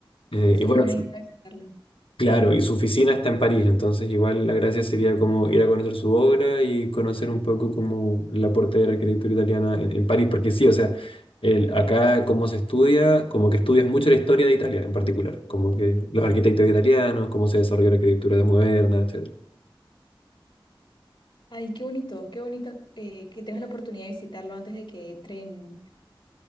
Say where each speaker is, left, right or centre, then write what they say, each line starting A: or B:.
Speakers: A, on the left; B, on the left.
A: Eh,
B: Sí,
A: y bueno,
B: bueno, ir a visitarlo.
A: Claro, y su oficina está en París, entonces igual la gracia sería como ir a conocer su obra y conocer un poco como el aporte de la arquitectura italiana en, en París, porque sí, o sea, el, acá como se estudia, como que estudias mucho la historia de Italia en particular, como que los arquitectos italianos, cómo se desarrolló la arquitectura moderna, etcétera,
B: Ay, qué bonito, qué bonito eh, que tengas la oportunidad de visitarlo antes de que entre en,